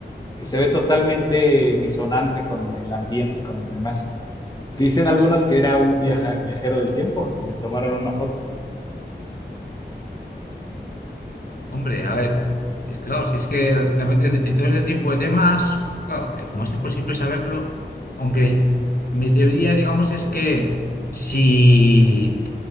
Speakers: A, on the left (about 20°); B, on the left (about 55°).
A: que se ve totalmente disonante con el ambiente y con los demás. Dicen algunos que era un viaja, viajero del tiempo y le tomaron una foto.
B: Hombre, a ver, es claro, si es que realmente en todo este tipo de temas, claro, eh, como es imposible saberlo, aunque mi teoría, digamos, es que si,